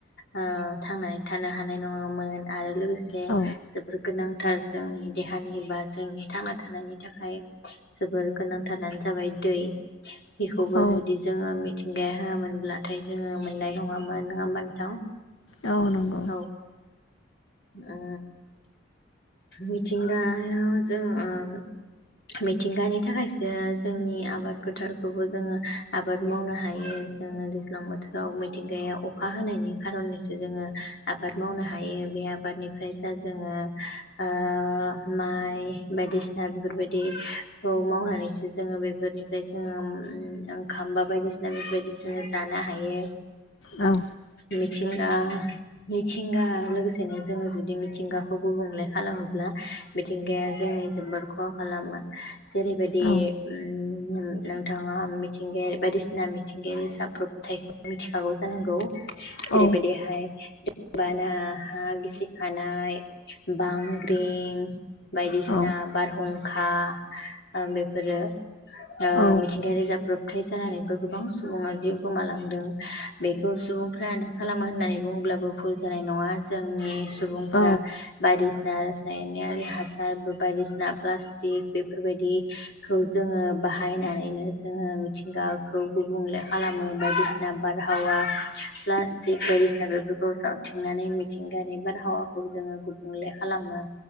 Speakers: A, on the left (about 55°); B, on the left (about 75°).
A: ओ थांनानै थानो हानाय नङामोन आरो लोगोस से
B: औ
A: जोबोर गोनां थार जोंनि देहानि एबा जोंनि थांना थानायनि थाखाय जोबोर गोनांथारानो ज जाबाय दै। बेखौबो
B: औ
A: जुदि जोङो मि थिंगाया होआोनब्लाथाय जोङो मोननाय नङामोन नोङा होमबा नोंथां?
B: औ नंगौ
A: औ ओ मिथिंगाया जों ओम मिथिंगानि थाखायसो जोंनि आबाद फोथारखौबो जोङो आबाद मावनो हायो जोङो दैज्लां बोथोराव मिथिंगाया अखा हानायनि खारनैसो जोङो आबाद मावनो हायो बे आबादनिफ्राय जा जोङो ओ माइ बायदिसिना बेफोरबायदिखौ मावनानैसो जोङो बेफोरनिफ्राय जोङो उम ओंखाम बा बायदिसिना बेफोरबायदि जोङो जानो हायो।
B: औ
A: मि थिंगा मिथिंगा लोगोसेनो जोङो जुदि मिथिंगाखौ गुबुंले खालामोब्ला मिथिंगाया जोंनि जोबोद ख'हा खालामो जेरैबायदि
B: औ
A: ओम नोंथाङा मिथिंगायारि बायदिसिना मिथिंगायारि जाब्रबथायखौ मिथिखागौ जानांगौ?
B: औ
A: ओरैबायदिहाय बाना हा गिसिखानाय बांग्रिं बायदिसिना
B: औ
A: बारहुंखा ओ बेफोरो ओ
B: औ
A: मिथिंगायारि जाब्रब थाय जानानैबो गोबां सुबुङा जिउ गोमालांदों बेखौ सुबुंफ्रानो खालामो होननानै बुंङोब्लाबो भुल जानाय नङा जोंनि सुबुंफोरा
B: औ
A: बायदिसि ना रासायनारि हासार बायदिसिना प्लास्टिक बेफोरबायदिखौ जोङो बाहायनानैनो जोङो मिथिंगाखौ गुबुंले खालामो बायदिसिना बारहावा प्लास्टिक बायदिसिना बेफोरखौ सावथिंनानै मिथिंगानि बारहावाखौ जोङो गुबुंले खालामो।